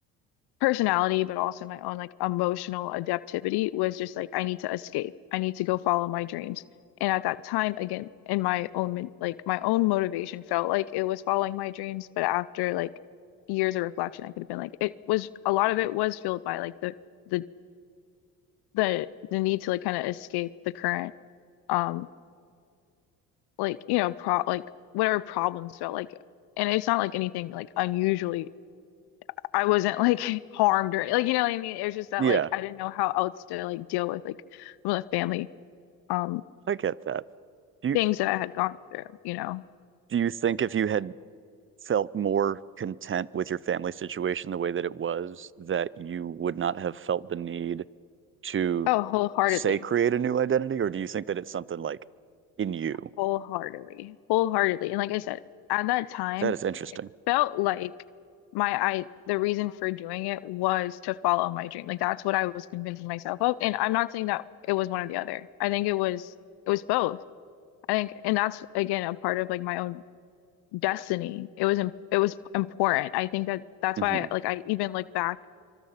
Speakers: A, on the left; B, on the right.
A: personality, but also my own like emotional adaptivity was just like I need to escape. I need to go follow my dreams. And at that time, again, in my own min- like my own motivation felt like it was following my dreams, but after like years of reflection, I could have been like it was a lot of it was filled by like the the the the need to like kind of escape the current um like you know pro like whatever problems felt like and it's not like anything like unusually I wasn't like <laughs> harmed or like you know what I mean. It was just that
B: Yeah,
A: like I didn't know how else to like deal with like some of the family um
B: I get that. Do you
A: things that I had gone through, you know.
B: do you think if you had felt more content with your family situation the way that it was, that you would not have felt the need to
A: Oh, wholeheartedly,
B: say create a new identity, or do you think that it's something like in you?
A: wholeheartedly, wholeheartedly. And like I said, at that time,
B: That is interesting.
A: it felt like my I the reason for doing it was to follow my dream. Like that's what I was convincing myself of. And I'm not saying that it was one or the other. I think it was it was both. I think, and that's again a part of like my own destiny. It was im it was important. I think that that's
B: hmm
A: why like I even look back